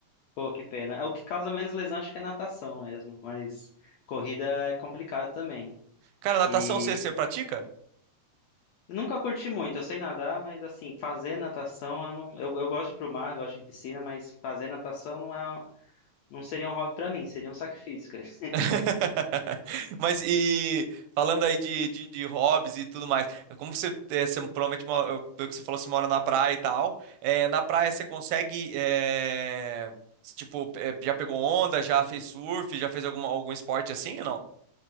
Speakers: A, on the left (about 80°); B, on the right (about 80°).
A: Pô, que pena. É O que causa menos lesão acho que é natação mesmo, mas corrida é complicado também.
B: Cara, natação
A: E
B: você, você pratica?
A: nunca curti muito, eu sei nadar, mas assim, fazer natação eu não, eu, eu gosto de ir pro mar, gosto de ir em piscina, mas fazer natação não é, não seria um hobby pra mim, seria um sacrifício, cara. <laughs>
B: <laughs> Mas e falando aí de, de, de hobbies e tudo mais, como você, é, você provavelmente, mo- eu- pelo que você falou, você mora na praia e tal, é, na praia você consegue, é, tipo, é, já pegou onda, já fez surf, já fez alguma, algum esporte assim ou não?